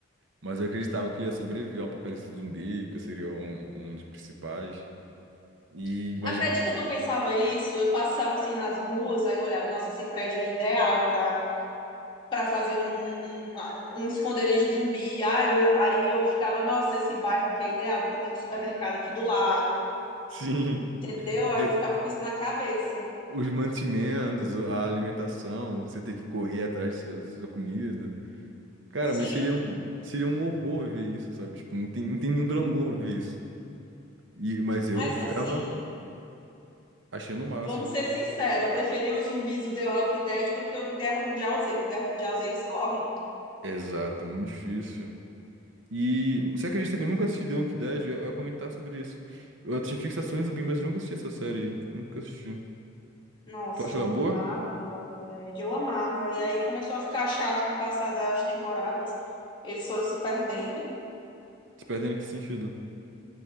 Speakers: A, on the right (about 70°); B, on the left (about 25°).
A: mas eu acreditava que eu ia sobreviver ao apocalipse zumbi, que eu seria um, um dos principais. E,
B: <laughs>
A: mas,
B: acredita
A: <laughs>
B: que eu pensava isso? Eu passava assim nas ruas, aí eu olhava, nossa, esse prédio é ideal para para fazer um, um, um esconderijo zumbi. Aí eu, aí eu ficava, nossa, esse bairro aqui é ideal, porque tem um supermercado aqui do lado,
A: sim.
B: entendeu? Aí
A: Aí,
B: eu ficava com isso na cabeça.
A: os mantimentos, a alimentação, você ter que correr atrás da sua, sua comida. Cara,
B: Sim,
A: mas seria um, seria um horror ver isso, sabe? Tipo, não tem, não tem nenhum glamour ver isso. E, mas eu
B: mas
A: ficava
B: assim,
A: achando o máximo.
B: vamos ser sinceros, eu preferi os zumbis do The Walking Dead do que o do Guerra Mundial Z, que o Guerra Mundial Z eles correm.
A: Exato, é muito difícil. E você acredita que eu nunca assisti The Walking Dead? Eu eu ia comentar sobre isso. Eu tinha fixações zumbi, mas eu nunca assisti essa série. aí. Nunca assisti.
B: Nossa,
A: Tu acha
B: eu
A: ela
B: amava
A: boa?
B: The Walking Dead, eu amava. E aí começou a ficar chato com o passar das temporadas. Eles foram se perdendo.
A: Se perdendo em que sentido?